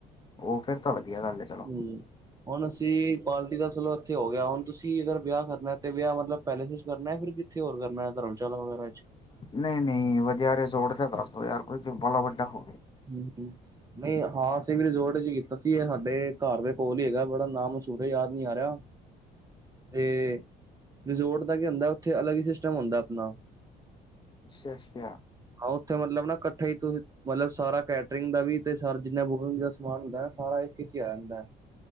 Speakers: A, on the left; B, on the right.
A: ਉਹ ਫਿਰ ਤਾਂ ਵਧੀਆ ਗੱਲ ਐ ਚਲੋ
B: ਹਮ ਹੁਣ ਅਸੀਂ ਪਾਰਟੀ ਦਾ ਚਲੋ ਇੱਥੇ ਹੋ ਗਿਆ, ਹੁਣ ਤੁਸੀਂ ਅਗਰ ਵਿਆਹ ਕਰਨਾ ਤੇ ਵਿਆਹ ਮਤਲਬ ਪੈਲੇਸ ਚ ਕਰਨਾ ਫਿਰ ਕਿਥੇ ਹੋਰ ਕਰਨਾ ਧਰਮਸ਼ਾਲਾ ਵਗੈਰਾ ਚ
A: ਨਈ ਨਈ ਵਧੀਆ ਰਿਜੋਰਟ ਹੈਗਾ ਯਾਰ ਕੋਈ ਬਾਲਾ ਵੱਡਾ ਹੋਵੇ
B: ਹੂੰ-ਹੂੰ, ਨਈ ਹਾਂ ਅਸੀਂ ਵੀ ਰਿਜੋਰਟ ਚ ਕੀਤਾ ਸੀ ਇਹ ਸਾਡੇ ਘਰ ਦੇ ਕੋਲ ਈ ਹੈਗਾ ਬੜਾ ਨਾਮ ਮਸ਼ਹੂਰ ਯਾਦ ਨੀ ਆ ਰਿਹਾ
A: <inaudible>
B: ਤੇ ਰਿਜ਼ੋਰਟ ਦਾ ਕੀ ਹੁੰਦਾ ਉੱਥੇ ਅਲੱਗ ਈ ਸਿਸਟਮ ਹੁੰਦਾ ਆਪਣਾ
A: ਅੱਸਿਆ, ਅੱਸਿਆ।
B: ਆ ਉੱਥੇ ਮਤਲਬ ਨਾ ਕੱਠੇ ਈ ਤੁਸੀ ਮਤਲਬ ਸਾਰਾ ਕੈਟਰਿੰਗ ਦਾ ਵੀ ਤੇ ਸਾਰਾ ਜਿੰਨਾ ਬੁਕਿੰਗ ਦਾ ਸਮਾਨ ਹੁੰਦਾ ਨਾ ਸਾਰਾ ਇੱਕ ਚ ਈ ਆ ਜਾਂਦਾ